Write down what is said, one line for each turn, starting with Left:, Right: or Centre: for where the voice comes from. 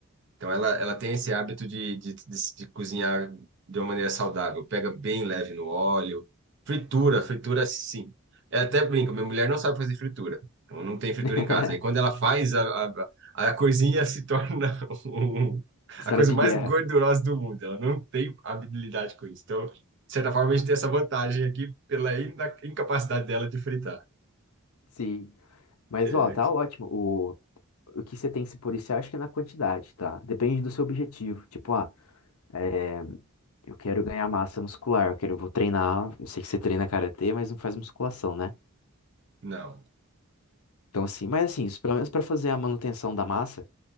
Right: Então ela, ela tem esse hábito de, de, de, de cozinhar de uma maneira saudável. Pega bem leve no óleo. Fritura, fritura sim. Eu até brinco, minha mulher não sabe fazer fritura. Então não tem fritura
Left: <laughs>
Right: em casa. E quando ela faz, a, a, a coisinha se torna <laughs> um-
Left: Cenário
Right: a coisa
Left: de
Right: mais
Left: guerra.
Right: gordurosa do mundo. Ela não tem habilidade com isso. Então, de certa forma, a gente tem essa vantagem aqui pela ina- incapacidade dela de fritar.
Left: Sim. Mas,
Right: É,
Left: ó, tá
Right: que-
Left: ótimo. O, o que você tem que se policiar, acho que é na quantidade, tá? Depende do seu objetivo. Tipo, ah, é Eu quero ganhar massa muscular, eu quero, eu vou treinar, eu sei que você treina karatê, mas não faz musculação, né?
Right: não.
Left: Então assim, mas assim, isso, pelo menos para fazer a manutenção da massa,